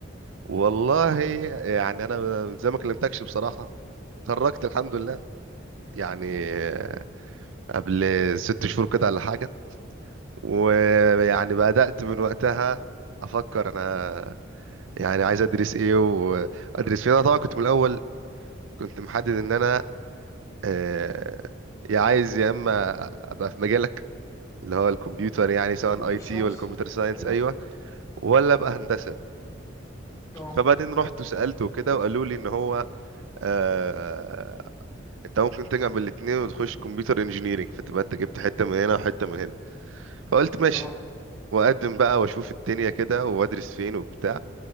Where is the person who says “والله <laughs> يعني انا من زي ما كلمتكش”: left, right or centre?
Right